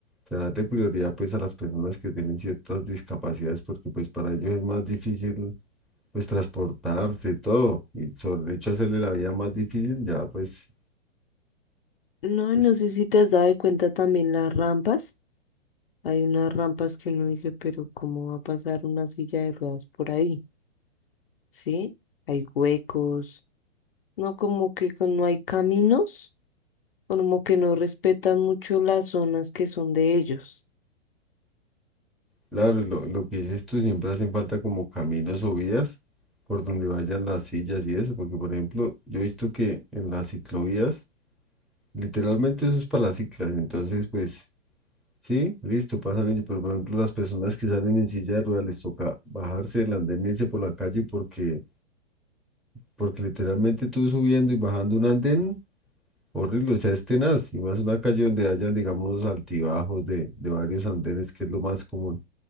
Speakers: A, in the centre; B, on the left (about 50°).
A: o sea, darle prioridad pues a las personas que tienen ciertas discapacidades, porque pues para ellos es más difícil pues transportarse, todo, y sobre el hecho de hacerle la vida más difícil, ya pues,
B: No,
A: pues
B: y no sé si te has dado de cuenta también las rampas. Hay unas rampas que uno dice, pero ¿cómo va a pasar una silla de ruedas por ahí? ¿Sí? Hay huecos. No, como que con- no hay caminos, como que no respetan mucho las zonas que son de ellos.
A: Claro, y lo, lo que dices tú, siempre hacen falta como caminos o vías por donde vayan las sillas y eso, porque por ejemplo, yo he visto que en las ciclovías, literalmente eso es para las ciclas, entonces pues sí, listo, pasan ellos, pero por ejemplo las personas que salen en silla de ruedas les toca bajarse del andén e irse por la calle porque, porque literalmente tú subiendo y bajando un andén, horrible, o sea, es tenaz, y más una calle donde hayan, digamos, altibajos de, de varios andenes, que es lo más común.